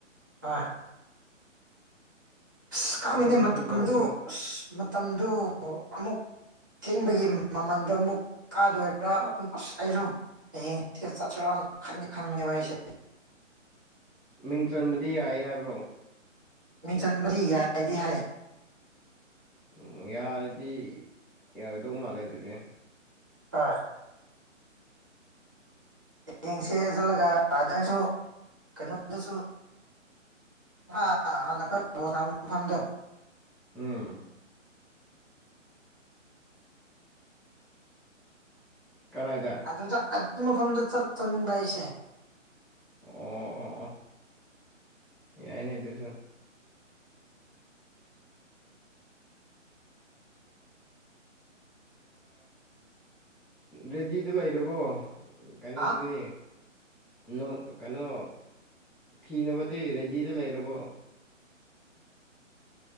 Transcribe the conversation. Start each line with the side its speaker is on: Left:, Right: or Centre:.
Right: ꯑ ꯑꯁ ꯈꯪꯉꯤꯅꯦ
Centre: ꯆꯠꯊꯣꯛ ꯆꯠꯁꯤꯟ
Right: ꯃꯇꯝꯗꯨ
Centre: ꯇꯧꯕꯁꯨ
Right: ꯑꯁ ꯃꯇꯝꯗꯨ ꯑꯃꯨꯛ ꯊꯦꯡꯕꯒꯤ ꯃꯃꯟꯗꯣ ꯑꯃꯨꯛ ꯀꯥꯗꯣꯏꯔꯥ ꯑꯁ ꯑꯩꯁꯨ ꯍꯌꯦꯡꯁꯦ ꯆꯠꯁꯤꯔꯥꯅ ꯈꯟꯗꯤ ꯈꯟꯕꯅꯦꯕ ꯑꯩꯁꯦ
Centre: ꯃꯤꯡ ꯆꯟꯕꯗꯤ ꯌꯥꯏ ꯍꯥꯏꯕ꯭ꯔꯣ
Right: ꯃꯤꯡ ꯆꯟꯕꯗꯤ ꯌꯥꯏ ꯗꯤ ꯍꯥꯏꯌꯦ
Centre: ꯎꯝ ꯌꯥꯔꯗꯤ ꯌꯥꯒꯗꯧ ꯃꯥꯜꯂꯦ ꯑꯗꯨꯗꯤ
Right: ꯍꯣꯏ ꯍꯌꯦꯡꯁꯦ ꯆꯠꯂꯒ ꯑꯥꯗꯁꯨ ꯀꯩꯅꯣꯝꯗꯁꯨ <unintelligible> ꯃꯐꯝꯗꯣ
Centre: ꯎꯝ ꯀꯗꯥꯏꯗ
Right: ꯑꯗꯨꯗ ꯑꯗꯨ ꯃꯐꯝꯗ ꯆꯠꯅꯤꯡꯕ ꯑꯩꯁꯦ
Centre: ꯑꯣ ꯑꯣ ꯑꯣ ꯌꯥꯏ ꯅꯦ ꯑꯗꯨꯨꯁꯨ ꯔꯦꯗꯤꯗ ꯂꯩꯔꯕꯣ ꯀꯥꯏꯅꯗꯗꯤ
Right: ꯍꯥ
Centre: ꯅꯣ ꯀꯩꯅꯣ ꯊꯤꯅꯕꯗꯤ ꯔꯦꯗꯤꯗ ꯂꯩꯔꯕꯣ